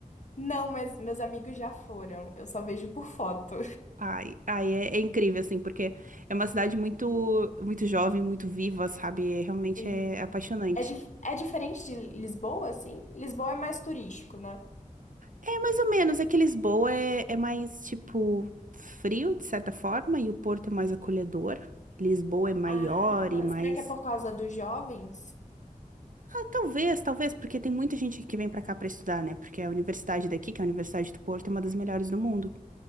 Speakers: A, on the left; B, on the right.
A: Não, mas meus amigos já foram. Eu só vejo por foto.
B: Ai, ai, é, é incrível assim, porque é uma cidade muito, muito jovem, muito viva, sabe? É, realmente
A: Sim.
B: é apaixonante.
A: É, dif- é diferente de Lisboa, assim? Lisboa é mais turístico, né?
B: É mais ou menos, é que Lisboa é, é mais tipo frio, de certa forma, e o Porto é mais acolhedor. Lisboa é maior
A: Ah,
B: e mais
A: será que é por causa dos jovens?
B: Ah, talvez, talvez, porque tem muita gente que vem pra cá pra estudar, né? Porque a universidade daqui, que é a Universidade do Porto, é uma das melhores do mundo.